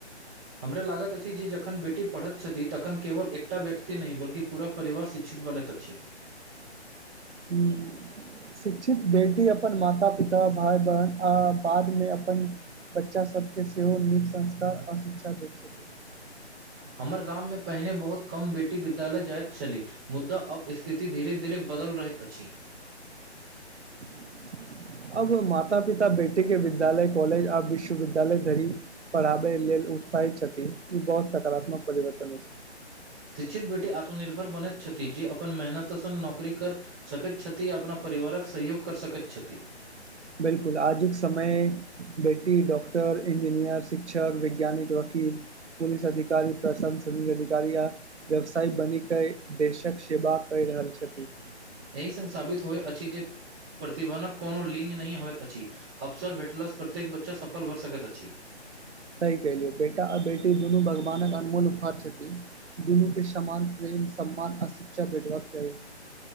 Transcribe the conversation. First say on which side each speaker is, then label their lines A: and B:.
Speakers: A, on the right; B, on the right.
A: हमरा लागत अछि जे जखन बेटी पढ़ैत छथि तखन केवल एकटा व्यक्ति नहि बल्कि पूरा परिवार शिक्षित बनैत अछि
B: हूँ शिक्षित बेटी अपन माता पिता भाय बहिन आ बादमे अपन बच्चा सभके सेहो नीक संस्कार आ शिक्षा दैत छथिन
A: हमर गाममे पहिने बहुत कम बेटी विद्यालय जाइत छलीह मुद्दा अब स्थिति धीरे धीरे बदल रहैत अछि
B: ब <unintelligible> अब माता पिता बेटी के विद्यालय कॉलेज आब विश्वविद्यालय धरी पढ़ाबै लेल उत्साहित छथि ई बहुत सकारात्मक परिवर्तन अछि
A: शिक्षित बेटी आत्मनिर्भर बनैत छथि जे अपन मेहनत संग नौकरी कर सकैत छथि अपना परिवारक सहयोग कर सकैत छथि
B: बिल्कुल आजुक समय बेटी डाक्टर इंजीनियर शिक्षक वैज्ञानिक वकील पुलिस अधिकारी प्रशासनिक अधिकारी या व्यवसाय बनिक देशक सेवा करि रहल छथि
A: एहि स साबित होइत अछि जे प्रतिभानक कोनो लिंग नहि होइत अछि अवसर भेटलासँ प्रत्येक बच्चा सफल भऽ सकैत अछि
B: सही कहिलियौ बेटा आ बेटी दुनू भगवानक अनमोल उपहार छथिन दुनू के समान प्रेम सम्मान आ शिक्षा भेटबाक चाही